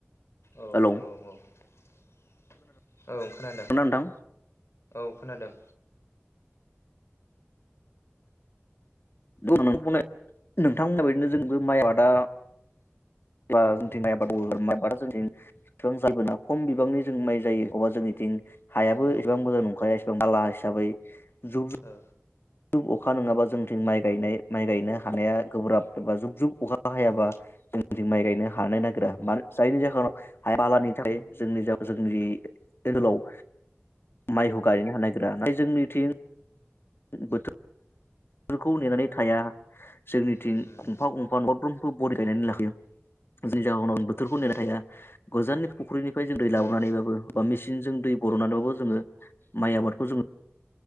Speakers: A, on the left (about 75°); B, on the left (about 55°).
A: औ औ
B: हेलौ
A: औ औ खोनादों
B: खोनादोंना
A: औ। खोनादों।
B: बुं नोंथां बुंनाय नोंथांमोन बायदिनो जोंबो माइ आबादा ग्ला जों <unintelligible> बिबां
A: औ
B: जायोबोना खम बिबांनि जों माइ जायो अबा जोंनिथिं हायाबो
A: औ ओ
B: एसेबां मोजां नंखाया बाला हिसाबै जुब
A: ओ।
B: जुब अखा नङाबा जोंथिं माइ गायनाय माइ गायनो हानाया गोब्राब एबा जुग जुग। अखा हायाबा
A: औ
B: जों। जोंनिथिं माइ गायनो हानो नागिरा मानो जायनि जाहोनाव बालानि थाखाय जोंनि जागायाव‌ जोंनि ओहोलाव माइखौ गायनो हानो नागिरा जोंनिथिं बोथोरखौ नेनानै थाया। जोंनिथिं
A: उम
B: गंफा गंफा नफ्रोमबो बरिं गायनानै लाखयो जोंनि जायगायाव बोथोरखौ नेना
A: औ
B: थाया गोजाननि फुख्रिनिफ्राय जों दै लाावनानैबाबो
A: उम
B: बा मेसिन बिदिनो जों दै बर'ननानैबाबो जोङो माइ आबादखौ जोङो